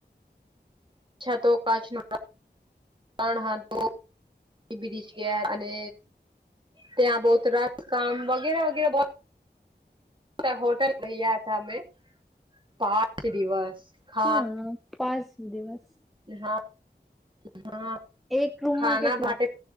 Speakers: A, on the right; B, in the centre.
A: છતો કાચનો ત્રણ હતો, <unintelligible> ગયા અને ત્યા બહુત રાત કામ વગેરે વગેરે બો તા હોટલ લઈ ગયા હતા અમે, પાંચ દિવસ! ખા
B: હા પાંસ દિવસ.
A: હા હા
B: એક રૂમમાં
A: ખાના
B: કેટલા
A: ભાટે